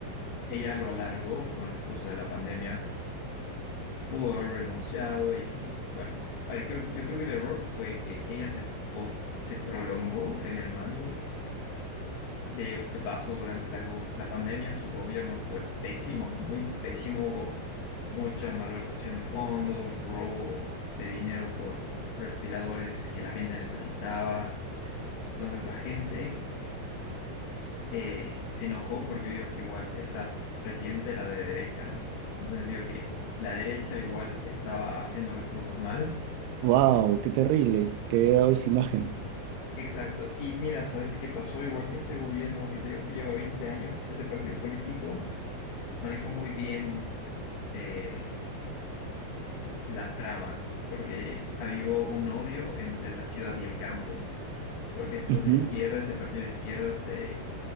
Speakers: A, on the left; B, on the right.
A: Ella lo alargó con la excusa de la pandemia. Pudo haber renunciado y bueno, a ver, creo- yo creo que el error fue que ella se, pos- se prolongó en el mando. De, de paso, durante la, go- la pandemia su gobierno fue pésimo, muy pésimo. Hubo mucha malversación de fondos, robo de dinero por respiradores que la gente necesitaba. Entonces la gente eh, se enojó porque vio que igual esta presidenta era de derecha, ¿no? Entonces vio que la derecha igual estaba haciendo las cosas mal.
B: Wow, qué terrible, Qué había dado esa imagen.
A: Exacto. Y mira, ¿sabes qué pasó? Igual que este gobierno que te digo que lleva 20 años, ese partido político manejó muy bien eh, la trama, porque avivó un odio entre la ciudad y el campo. porque estos
B: Ujú.
A: de izquierda, este partido de izquierda se